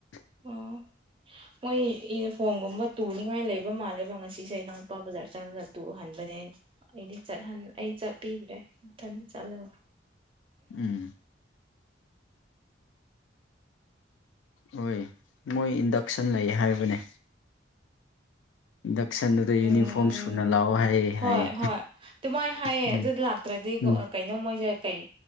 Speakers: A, on the left (about 85°); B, on the right (about 30°).
A: <inaudible>
B: ꯑꯣ ꯃꯣꯏ ꯏꯌꯨꯐꯣꯝꯒꯨꯝꯕ ꯇꯨꯅꯤꯉꯥꯏ ꯂꯩꯕ ꯃꯥꯜꯂꯦꯕ ꯉꯁꯤꯁꯦ ꯏꯅꯥꯎꯅꯨꯄꯥ ꯕꯖꯥꯔ ꯆꯪꯉꯒ__ ꯇꯨꯍꯟꯕꯅꯦ ꯑꯩ ꯑꯩꯗꯤ ꯆꯠꯍꯟ ꯑꯩ ꯆꯠꯄꯤꯗ꯭ꯔꯦ ꯃꯊꯟ ꯆꯠꯂꯒ
A: ꯎꯝ ꯍꯣꯏ ꯃꯣꯏ ꯏꯟꯗꯛꯁꯟ ꯂꯩ ꯍꯥꯏꯕꯅꯦ ꯏꯟꯗꯛꯁꯟꯗꯨꯗ
B: ꯎꯝ
A: ꯌꯨꯅꯤꯐꯣꯔꯝ ꯁꯨꯅ ꯂꯥꯛꯑꯣ ꯍꯥꯏꯌꯦ
B: ꯍꯣꯏ
A: ꯍꯥꯏꯌꯦ
B: ꯍꯣꯏ ꯇꯨꯃꯥꯏ ꯍꯌꯦ
A: ꯎꯝ
B: ꯂꯥꯞ ꯇ꯭ꯔꯗꯤꯀꯣ
A: ꯎꯝ
B: ꯑ ꯀꯩꯅꯣ ꯃꯣꯏꯖꯦ ꯀꯩ